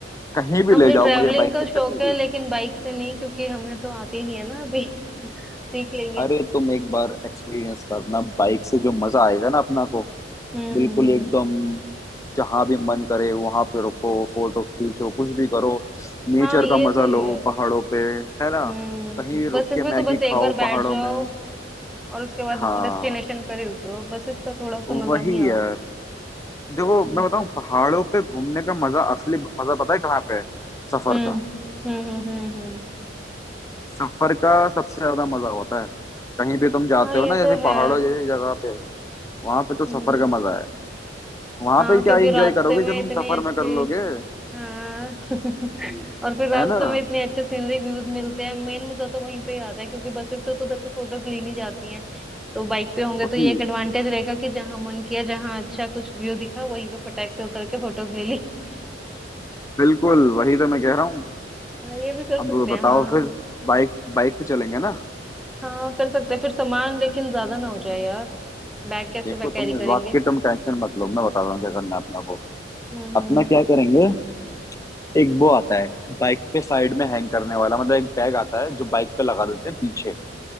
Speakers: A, on the left; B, in the centre.
A: कहीं भी
B: हाँ
A: ले
B: मुझे
A: जाओ
B: ट्रैवलिंग
A: मुझे बाइक
B: का
A: से
B: शौक
A: कहीं
B: है
A: भी
B: लेकिन बाइक से नहीं क्योंकि हमें तो आती ही नहीं है ना अभी <laughs> सीख लेंगे
A: अरे तुम एक बार एक्सपीरियंस करना बाइक से जो मजा आएगा ना अपना को
B: हम्म
A: बिल्कुल
B: हम्म हम्म
A: एकदम जहां भी मन करे वहां पे रुको फोटो खींचो कुछ भी करो नेचर
B: हाँ ये
A: का मजा
B: सही
A: लो
B: है
A: पहाड़ों पे है ना
B: हम्म
A: कहीं भी रुक
B: बसेस
A: के
B: में तो
A: मैगी
B: बस एक
A: खाओ
B: बार बैठ
A: पहाड़ों
B: जाओ
A: में
B: और उसके बाद
A: हाँ
B: डेस्टिनेशन पर ही उतरो बसेस का थोड़ा सा मजा
A: वही
B: नहीं आता
A: यार देखो
B: हम्म,
A: मैं बताऊं पहाड़ों पे घूमने का मजा असली मजा पता है कहाँ पे है? सफर
B: हम्म
A: का
B: हम्म हम्म हम्म हम्म।
A: सफर का सबसे ज्यादा मजा होता है कहीं भी तुम जाते
B: हाँ ये
A: हो ना जैसे
B: तो है
A: पहाड़ों जैसी जगह पे वहां पे तो
B: हम्म
A: सफर का मजा है वहां
B: हाँ
A: पे क्या
B: क्योंकि
A: एंजॉय
B: रास्ते
A: करोगे
B: में
A: जो तुम
B: इतनी
A: सफर
B: अच्छी
A: में कर लोगे
B: हाँ <laughs> और फिर रास्ते
A: है ना
B: में इतने अच्छे सीनरी व्यूज मिलते हैं मेन मजा तो वहीं पे ही आता है क्योंकि बसेस से तो उधर के फोटोज ली नहीं जाती हैं तो बाइक पे होंगे
A: वही
B: तो ये एक एडवांटेज रहेगा कि जहाँ मन किया जहाँ अच्छा कुछ व्यू दिखा वहीं पे फटाक से उतर के फोटोज ले ली
A: बिल्कुल वही तो मैं कह रहा हूँ
B: हाँ ये भी कर
A: अब
B: सकते हैं
A: बताओ
B: हाँ
A: फिर बाइक बाइक से चलेंगे ना
B: हाँ कर सकते हैं फिर सामान लेकिन ज्यादा ना हो जाए यार बैग कैसे
A: देखो
B: बैग कैरी
A: तुम
B: करेंगे
A: इस बात की तुम टेंशन मत लो मैं बता रहा हूँ क्या करना है अपना वो
B: हम्म हम्म
A: अपना क्या करेंगे एक वो आता है बाइक पे साइड में हैंग करने वाला मतलब एक बैग आता है जो बाइक पे लगा देते हैं पीछे